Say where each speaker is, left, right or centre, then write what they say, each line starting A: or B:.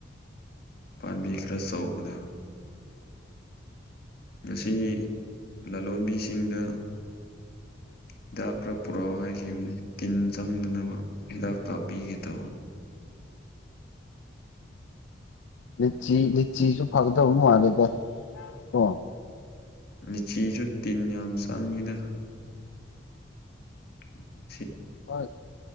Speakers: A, on the left; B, on the left.
A: ꯄꯥꯝꯕꯤ ꯈꯔ ꯆꯥꯎꯧꯕꯗ ꯉꯁꯤ ꯂꯂꯣꯟꯕꯤꯁꯤꯡꯗ ꯍꯤꯗꯥꯛ ꯈꯔ ꯄꯨꯔꯛꯑꯣ ꯍꯥꯏꯈꯤꯕꯅꯤ ꯇꯤꯟ ꯆꯪꯗꯅꯕ ꯍꯤꯗꯥꯛ ꯀꯥꯞꯄꯤꯒꯦ ꯇꯧꯕ
B: ꯂꯤꯆꯤ ꯂꯤꯆꯤꯁꯨ ꯐꯒꯗꯕ ꯃꯥꯜꯂꯦꯗ ꯀꯣ
A: ꯂꯤꯦꯆꯤꯁꯨ ꯇꯤꯟ ꯌꯥꯝ ꯆꯪꯉꯤꯗ ꯎꯝ
B: ꯍ